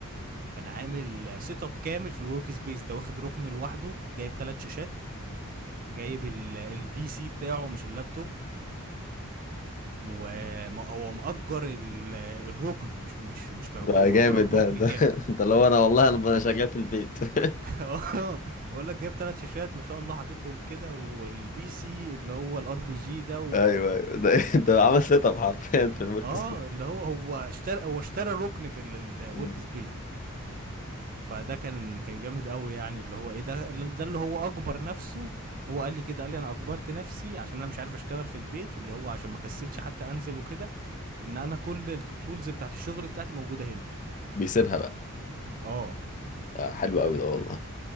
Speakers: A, on the right (about 40°); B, on the left (about 35°).
A: كان عامل سيت اب كامل في الورك سبيس ده واخد ركن لوحده جايب ثلاث شاشات جايب ال- البي سي بتاعه مش اللابتوب وهو مأجر ال- الركن مش مش مش ترابيزه
B: ده
A: هو مأجر
B: جامد
A: الركن
B: ده ده
A: كامل
B: <laughs> ده اللي هو انا والله انا أنا شغال في البيت <laughs>
A: <laughs> اه بقول لك جايب ثلاث شاشات ما شاء الله حاططهم كده والبي سي اللي هو الار بي جي ده و...
B: ايوه أيوة. ده ده
A: و...
B: عمل سيت اب حرفيا في الورك
A: اه
B: سبيس
A: اللي هو هو اشترى هو اشترى ركن في الورك
B: مم.
A: سبيس فده كان كان جامد قوي يعني اللي هو ايه ده ده اللي هو اكبر نفسه هو قال لي كده قال لي انا اجبرت نفسي عشان انا مش عارف اشتغل في البيت اللي هو عشان ما كسلش حتى انزل وكده ان انا كل التولز بتاعت الشغل بتاعتي موجوده هنا
B: بيسيبها بقى
A: اه
B: آه، حلو قوي ده والله